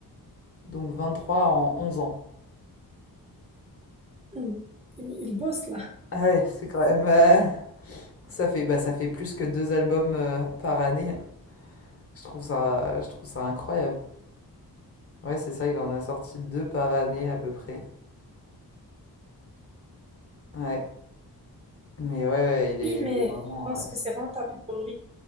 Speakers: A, on the left (about 40°); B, on the right (about 15°).
A: Donc 23 en 11 ans.
B: Hmm. Il, il bosse là.
A: Ah ouais, c'est quand même... euh, ça fait, bah, ça fait plus que deux albums euh, par année. Je trouve ça, je trouve ça incroyable. Ouais, c'est ça, il en a sorti deux par année à peu près. Ouais. Mais ouais, ouais, il
B: Oui,
A: est,
B: mais
A: il est vraiment...
B: je pense
A: euh,
B: que c'est rentable pour lui